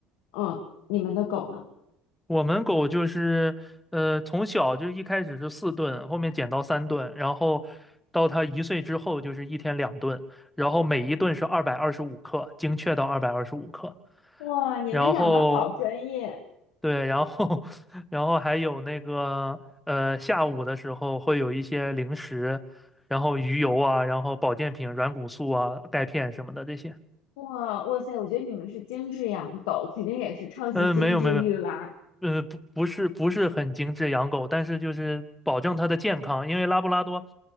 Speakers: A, on the left; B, in the centre.
A: 嗯，你们的狗呢？
B: 我们狗就是，呃，从小就一开始是四顿，后面减到三顿，然后到它一岁之后就是一天两顿，然后每一顿是二百二十五克，精确到二百二十五克。
A: 哇，你们养的好专业！
B: 然后对，然后 <laughs> 然后还有那个呃，下午的时候会有一些零食，然后鱼油啊，然后保健品、软骨素啊、钙片什么的这些。
A: 哇，哇塞，我觉得你们是精致养狗，肯定也是超级精致育娃。
B: 嗯，没有没有没有，呃，不不是不是很精致养狗，但是就是保证它的健康，因为拉布拉多